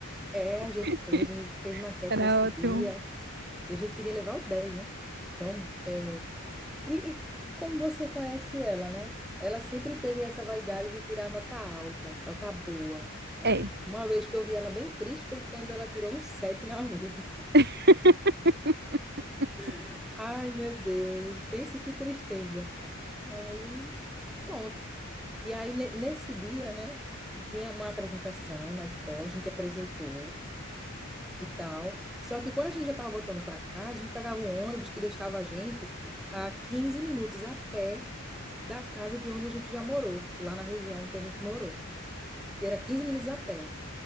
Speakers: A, in the centre; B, on the right.
A: é, a gente
B: <laughs>
A: fez, a gente fez maquete
B: Era
A: nesse
B: ótimo.
A: dia, e a gente queria levar o 10, né? Então, é. e, e como você conhece ela, né? Ela sempre teve essa vaidade de tirar nota alta, nota boa, sabe?
B: É,
A: Uma vez que eu vi ela bem triste foi quando ela tirou um 7 na vida.
B: <laughs>
A: <laughs> Ai, meu Deus, pense que tristeza. Aí. Pronto, E aí, ne- nesse dia, né, tinha uma apresentação na escola, a gente apresentou e tal. Só que quando a gente já estava voltando para casa, a gente pegava um ônibus que deixava a gente a 15 minutos a pé da casa de onde a gente já morou, lá na região que a gente morou. E era 15 minutos a pé.